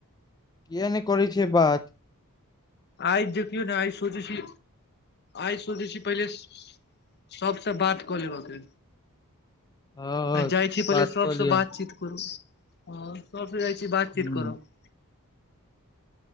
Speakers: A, on the left; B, on the left.
A: किए नहि करै छै बात
B: आइज देखियौ ने आइज सोचै छी आइ सोचै छी पहिले सबसँ बात कऽ लेबके
A: हँ
B: आ जाइत छी पहिले
A: बात
B: सभसँ
A: कऽ लिअ
B: बातचीत करू ह सभसँ जाइत छी बातचीत
A: हूँ
B: करब